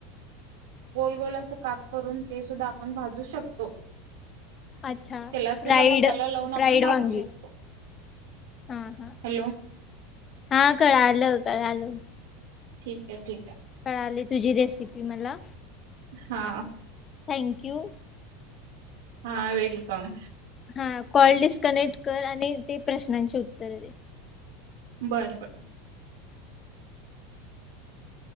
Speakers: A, on the right; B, on the left.
A: गोल कट अस काप करून ते सुद्धा आपण भाजू शकतो
B: अच्छा
A: त्याला
B: फ्राईड
A: सुद्धा मसाला लावून
B: फ्राईड
A: आपण भाजू
B: वांगी
A: शकतो
B: हा हा
A: हॅलो
B: हा कळालं कळालं. <inaudible>
A: ठीक आहे ठीक आहे
B: कळाले तुझी रेसिपी मला......
A: हा
B: थँक यू
A: हा वेलकम..
B: हा कॉल डिस्कनेक्ट कर आणि ते प्रश्नांचे उत्तर दे.
A: बर बर